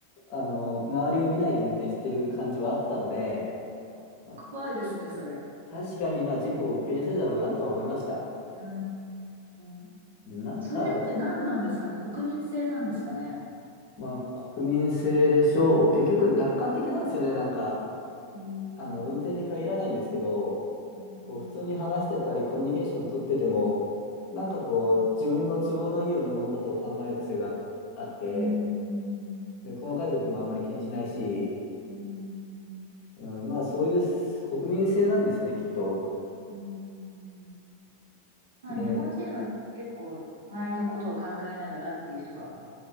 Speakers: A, on the left; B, on the right.
A: あの、周りを見ないで運転してる感じはあったので、まあ
B: 怖いですね、それ。
A: 確かにまあ事故を起きやすいだろうなとは思いました。
B: うーん。
A: なんか、
B: それって何なんですかね。国民性なんですかね。
A: まあ、国民性でしょう。結局、楽観的なんですよね。なんか、
B: うーん。
A: あの、運転に限らないんですけど、
B: うーん
A: こう、普通に話してたり、コミュニケーション取ってても、なんかこう、自分の都合のいいように物事を考える癖があって、
B: うん、
A: で、細かいこともあんまり気にしないし、
B: うん、
A: うん、まあ、そういう国民性なんですね、きっと。
B: うん、うん。まあ、
A: で、
B: 日本人は結構、周りのことを考えながらっていう人が